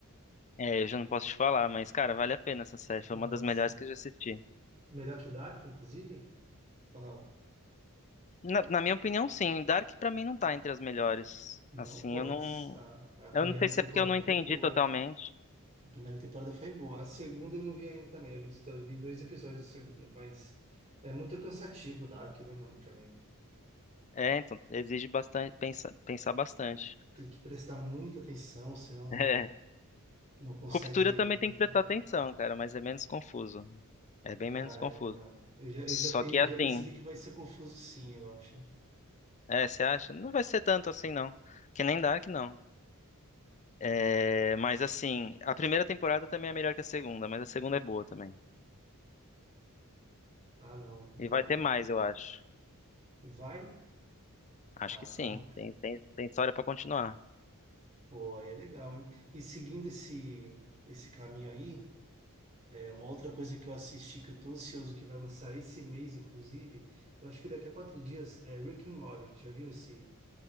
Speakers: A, on the left; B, on the right.
A: É, eu já não posso te falar, mas, cara, vale a pena essa série. Foi
B: Nossa.
A: uma das melhores que eu já assisti.
B: Melhor que Dark, inclusive? Ou não?
A: Na, na minha opinião, sim. Dark pra mim não tá entre as melhores.
B: Não,
A: Assim,
B: pô, mas
A: eu não,
B: a, a primeira
A: eu não sei se
B: temporada
A: é porque eu não entendi
B: foi boa.
A: totalmente.
B: A primeira temporada foi boa. A segunda eu não vi ainda também. Eu vi, eu vi dois episódios da segunda, mas é muito cansativo o Dark, né, mano? Também
A: É, então exige bastante pensar, pensar bastante. <laughs>
B: tem que prestar muita atenção, senão
A: É.
B: não consegue
A: Ruptura também
B: acompanhar.
A: tem que prestar atenção, cara, mas é menos confuso. É bem
B: Ah,
A: menos confuso.
B: é, não. Eu já,
A: Só
B: eu já, pe-
A: que assim,
B: eu já percebi que vai ser confuso, sim, eu acho. hein?
A: é, você acha? Não vai ser tanto assim, não. Que nem Dark, não. É, mas assim, a primeira temporada também é melhor que a segunda, mas a segunda é boa também.
B: Ah, não. Então,
A: E vai ter mais, eu acho.
B: vai?
A: Acho
B: Ah,
A: que sim.
B: então,
A: Tem, tem, tem história pra continuar.
B: pô, aí é legal, hein? E seguindo esse, esse caminho aí. É uma outra coisa que eu assisti, que eu tô ansioso, que vai lançar esse mês, inclusive, eu acho que daqui a quatro dias, é Rick and Morty. Já viu esse,